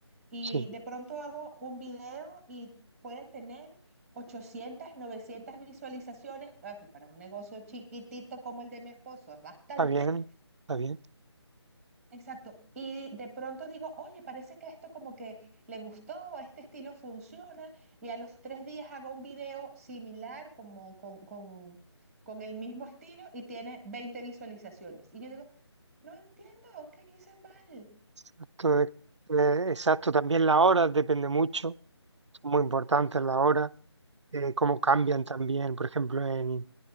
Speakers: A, in the centre; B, on the right.
A: y
B: sí,
A: de pronto hago un video y puede tener 800, 900 visualizaciones, ah, que para un negocio chiquitito como el de mi esposo es bastante.
B: está bien, está bien.
A: Exacto. Y de pronto digo, oye, parece que esto como que le gustó, este estilo funciona, y a los tres días hago un video similar, como con, con, con el mismo estilo, y tiene 20 visualizaciones. Y yo digo, no entiendo, ¿qué hice mal?
B: Exacto, es- eh, exacto. También las horas depende mucho, son muy importantes las horas, eh, cómo cambian también, por ejemplo, en,